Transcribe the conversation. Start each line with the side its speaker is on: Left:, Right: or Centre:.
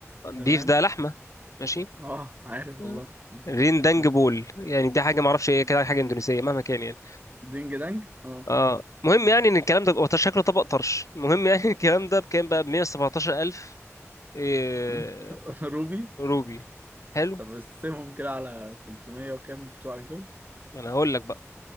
Left: بيف
Right: تمام
Left: ده لحمة ماشي
Right: اه عارف
Left: مم.
Right: والله مم.
Left: رين دانج
Right: مم.
Left: بول يعني دي حاجه ما اعرفش ايه كده حاجه اندونيسيه مهما كان يعني
Right: دينج دانج اه
Left: اه مهم يعني ان الكلام ده هو شكله طبق طرش المهم يعني <laughs> الكلام ده بكام بقى ب 117000 إيه...
Right: <laughs> روبي
Left: روبي حلو
Right: طب قسمهم كده على 300 وكام بتوعك دول
Left: ما انا هقول لك بقى